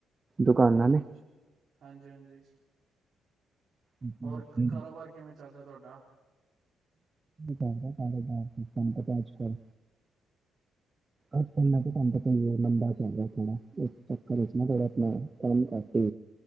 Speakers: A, on the right; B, on the right.
A: ਦੁਕਾਨਾਂ
B: ਅੱਛਾ
A: ਨੇ
B: ਅੱਛਾ ਹਾਂਜੀ ਹਾਂਜੀ
A: ਆਪਣਾ
B: ਹੋਰ
A: ਉੱਥੇ
B: ਕਾਰੋਬਾਰ ਕਿਵੇਂ ਚੱਲ ਰਿਹਾ ਤੁਹਾਡਾ?
A: ਦਾ ਜਾ ਆਜ ਕੱਲ ਅਜ ਕਲ ਬੰਦ ਪਏ ਹੋਏ ਨੇ, ਮਦਾ ਚਲ ਰਿਹਾ ਥੋੜਾ, ਇਸ ਚੱਕ ਕਰ ਵਿੱਚ ਨਾ ਥੋੜਾ ਆਪਣਾ ਕੰਮ ਘਟ ਹੈ